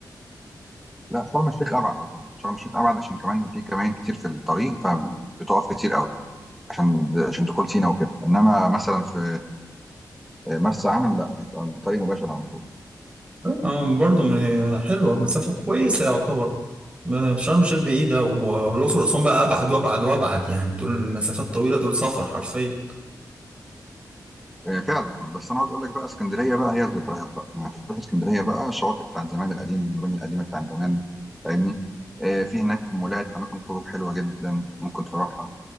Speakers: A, in the centre; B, on the right.
A: لا شرم الشيخ ابعد اظن شرم الشيخ ابعد عشان كمان في كمان كتير في الطريق فبتقف كتير قوي عشان عشان دخول سينا وكده انما مثلا في مرسى علم لا هتبقى الطريق مباشر على طول
B: آه، برضو م- حلوة مسافة كويسة يعتبر ما- شرم الشيخ بعيدة و- والأقصر وأسوان بقى أبعد وأبعد وأبعد يعني دول المسافات الطويلة دول سفر حرفيا
A: آه، فعلا بس انا عاوز اقول لك بقى اسكندريه بقى هي الذكريات بقى يعني تروح اسكندريه بقى الشواطئ بتاعت زمان القديمه المباني القديمه بتاعت زمان فاهمني آه، في هناك مولات اماكن خروج حلوه جدا ممكن تروحها